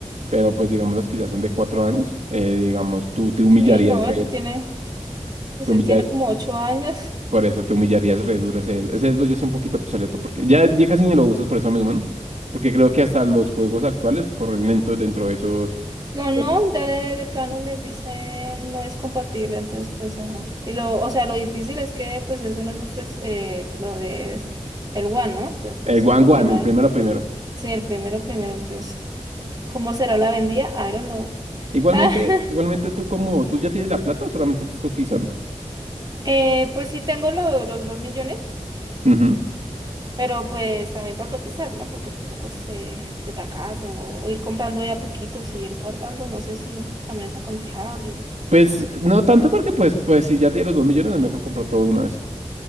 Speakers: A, on the right; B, on the right.
A: pero pues digamos los que ya son de cuatro años, eh, digamos, tú te humillarías
B: Sí, no,
A: re,
B: ese tiene, ese
A: te humilla-
B: tiene como 8 años.
A: por eso te humillarías re duro ese, Xbox. ese Xbox ya es un poquito obsoleto, porque ya, ya casi ni lo usas por eso mismo, ¿no? Porque creo que hasta los juegos actuales corren lentos dentro de esos,
B: No, no,
A: el
B: ya de, de plano les dicen no es compatible, entonces, pues, ajá. Y lo, o sea, lo difícil es que, pues, es un Xbox 3, eh, no, es el One, ¿no? Entonces, pues,
A: el One
B: creo
A: One,
B: que nadie.
A: el primero primero.
B: Sí, el primero, primero, entonces. ¿Cómo será la vendida? I don't know.
A: Igualmente,
B: <laughs>
A: igualmente tú como, ¿tú ya tienes la plata o solamente estás cotizando?
B: Eh, pues sí tengo lo- los dos millones,
A: Ujú.
B: pero pues también para cotizar, ¿no? Porque tampoco es eh, de tacazo o ir comprando de a poquitos y ir guardando, no sé si también es aconsejable.
A: Pues no tanto porque pues, pues si ya tienes los dos millones, es mejor comprar todo de una vez.